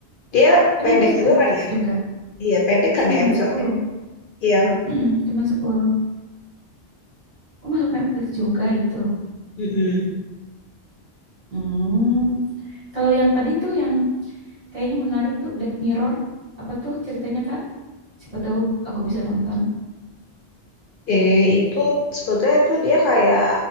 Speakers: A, on the left; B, on the right.
A: Dia
B: Oh,
A: pendek
B: dia masuk
A: juga
B: Netflix
A: kan ya?
B: juga.
A: Iya, pendek
B: Iya,
A: kan ya
B: cuman
A: episodenya?
B: 10
A: Iya.
B: Mm-mm, cuman 10. Oh, masuk Netflix juga itu.
A: mm-mm.
B: Hmm. Kalau yang tadi tuh yang kayaknya menarik tuh Black Mirror, apa tuh ceritanya Kak? Siapa tahu aku bisa nonton.
A: Eh, itu sebetulnya tuh dia kayak